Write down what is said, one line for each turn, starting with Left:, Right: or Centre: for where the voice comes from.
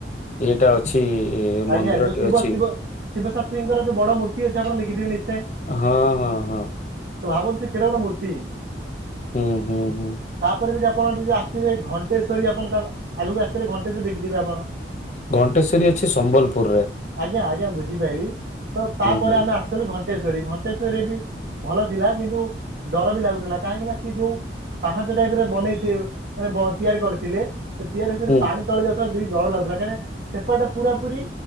Left: ଇଏଟା ଅଛି
Right: ଆଜ୍ଞା
Left: ମନ୍ଦିରଟି
Right: ଯୋଉ ଶିବ
Left: ଅଛି।
Right: ଶିବ ଶିବଶାତ୍ରୀଙ୍କର ଯଉ ବଡ ମୂର୍ତ୍ତି ଅଛି ଆପଣ ଦେଖିଥିବେ ନିଶ୍ଚୟ।
Left: ହଁ -ହଁ। ହଁ
Right: ତ ଭାବୁନ୍ତୁ ସେ କେଡେ ବଡ ମୂର୍ତ୍ତି।
Left: ହୁଁ ହୁଁ ହୁଁ।
Right: ତାପରେ ବି ଯଦି ଆପଣ ଯଦି ଆସିଥିବେ ଘଣ୍ଟେଶ୍ଵରୀ ଆପଣ ତା ଆଗକୁ ଆସିିଥିଲେ ଘଣ୍ଟେଶ୍ଵରୀ ଦେଖିଥିଲେ ଆପଣ।
Left: ଘଣ୍ଟେଶ୍ଵରୀ ଅଛି ସମ୍ବଲପୁର୍ ରେ।
Right: ଆଜ୍ଞା -ଆଜ୍ଞା ବୁଝିପାଇଲି ତ ତାପରେ
Left: ହୁଁ
Right: ଆମେ ଆସ୍ ଥିଲୁ ଘଣ୍ଟେଶ୍ଵରୀ -ଘଣ୍ଟେଶ୍ଵରୀରେ ବି ଭଲ ଥିଲା କିନ୍ତୁ ଡର ବି ଲାଗୁଥିଲା କାହିଁକି ନା ସିଏ ଯଉ ପାହାଞ୍ଚ ଟାଇପ୍ ର ବନେଇ ଥି-ମାନେ ତିଆରି କରିଥିଲେ ତ ତିଆରି ସେଥିରେ
Left: ହୁଁ
Right: ପାଣି ତଳେ ଯାଉଥିଲା ଦେଖି ଡର ଲାଗୁଥିଲା କାଁହିକି ନା ସେପଟ ଟା ପୁରା ପୁରି